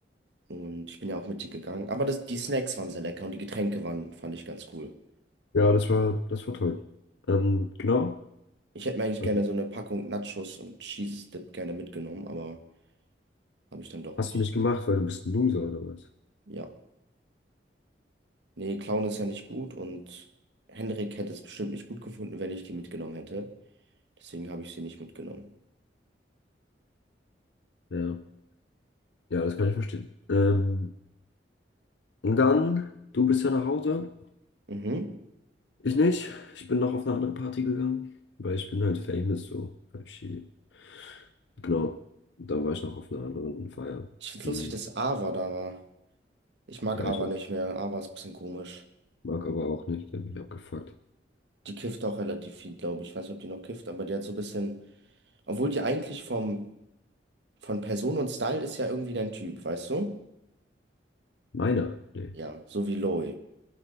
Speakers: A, on the right; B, on the left.
A: Und ich bin ja auch mit dir gegangen. Aber das, die Snacks waren sehr lecker und die Getränke waren, fand ich ganz cool.
B: Ja, das war, das war toll. Ähm, genau.
A: Ich hätte mir eigentlich
B: Also,
A: gerne so eine Packung Nachos und Cheese Dip gerne mitgenommen, aber habe ich dann doch
B: Hast
A: nicht.
B: du nicht gemacht, weil du bist ein Loser oder was?
A: Ja. Nee, Clown ist ja nicht gut und Henrik hätte es bestimmt nicht gut gefunden, wenn ich die mitgenommen hätte. Deswegen habe ich sie nicht mitgenommen.
B: Ja. Ja, das kann ich verstehen. Ähm, und dann, du bist ja nach Hause.
A: Mhm.
B: Ich nicht. Ich bin noch auf eine andere Party gegangen, weil ich bin halt famous, so. Type shit. Genau. Da war ich noch auf einer anderen Feier.
A: Ich find's
B: Hm.
A: lustig, dass Ava da war. Ich mag
B: Ja,
A: Ava
B: ich
A: nicht mehr. Ava ist ein bisschen komisch.
B: mag aber auch nicht, der hat mich abgefuckt.
A: Die kifft auch relativ viel, glaube ich. Ich weiß nicht, ob die noch kifft, aber die hat so ein bisschen. Obwohl die eigentlich vom, von Person und Style ist ja irgendwie dein Typ, weißt du?
B: Meiner? Nee,
A: Ja, so wie Loe.